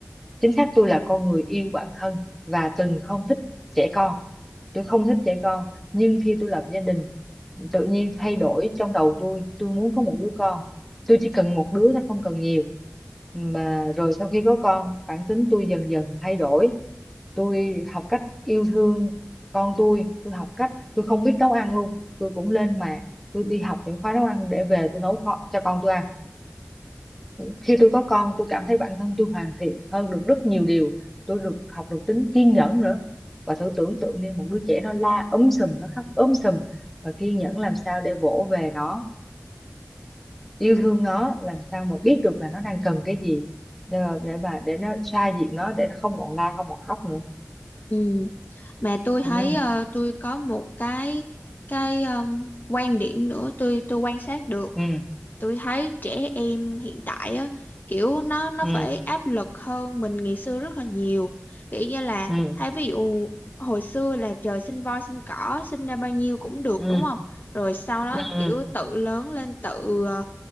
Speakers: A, in the centre; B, on the left.
A: chính xác tôi là con người yêu bản thân và từng không thích trẻ con tôi không thích trẻ con nhưng khi tôi lập gia đình tự nhiên thay đổi trong đầu tôi tôi muốn có một đứa con tôi chỉ cần một đứa thôi không cần nhiều mà rồi sau khi có con bản tính tôi dần dần thay đổi tôi học cách yêu thương con tôi tôi học cách tôi không biết nấu ăn luôn tôi cũng lên mạng tôi đi học những khóa nấu ăn để về tôi nấu co- cho con tôi ăn khi tôi có con tôi cảm thấy bản thân tôi hoàn thiện hơn được rất nhiều điều tôi được học được tính kiên nhẫn nữa và thử tưởng tượng đi một đứa trẻ nó la ấm sùm nó khóc ấm sùm và kiên nhẫn làm sao để vỗ về nó yêu
B: ừ,
A: thương nó làm sao mà biết được là nó đang cần cái gì để mà để mà để nó xoa dịu nó để nó không còn la không còn khóc nữa
B: ừ. mà tôi thấy
A: ừ
B: ờ, tôi có một cái cái um, quan điểm nữa tôi tôi quan sát được
A: ừ
B: tôi thấy trẻ em hiện tại á kiểu nó nó
A: ừ
B: phải áp lực hơn mình ngày xưa rất là nhiều kiểu như là
A: ừ
B: hay ví dụ hồi xưa là trời sinh voi sinh cỏ sinh ra bao nhiêu cũng được
A: ừ
B: đúng không rồi sau đó
A: ừ ừ
B: kiểu tự lớn lên tự ờ,